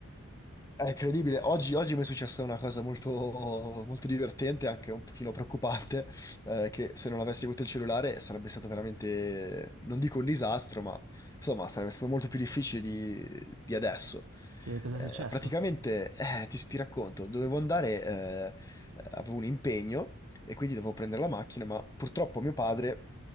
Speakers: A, on the left; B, on the right.
A: È incredibile. Oggi, oggi mi è successa una cosa molto, molto divertente, anche un pochino preoccupante, eh, che se non avessi avuto il cellulare sarebbe stato veramente, non dico un disastro, ma insomma sarebbe stato molto più difficile di, di adesso.
B: Sì, cosa
A: Eh,
B: è successo?
A: praticamente, eh, ti, ti racconto, dovevo andare, eh, eh, avevo un impegno e quindi dovevo prendere la macchina, ma purtroppo mio padre